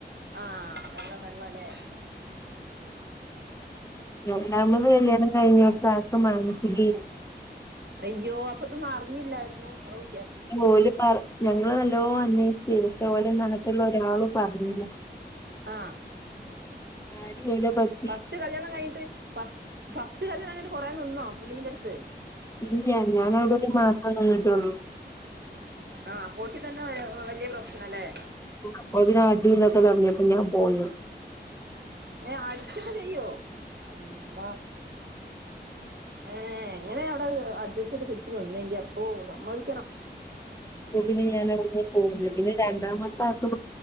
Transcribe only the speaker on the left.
രണ്ടാമത് കല്യാണം കഴിഞ്ഞോട്ത് ആൾക്ക് മാനസികേനി
ഓല പറ ഞങ്ങൾ നല്ലോം അന്വേഷ്ച്ച്, പക്ഷെ ഓലൊന്നും അങ്ങൻത്തെള്ള ഒരാളും പറഞ്ഞില്ല.
ആര് <unintelligible>
ഇല്ല്യ, ഞാാനവിടെ ഒരു മാസം നിന്നിട്ടൊള്ളു.
അപ്പോത്തിന് അടീം ഇതൊക്കെ തുടങ്ങിയപ്പൊ ഞാൻ പോന്ന്.
അപ്പൊ പിിനെ ഞാൻ അവിടുെ പോന്പിന്നെ രണ്ടാമത്തെ ആർക്ക്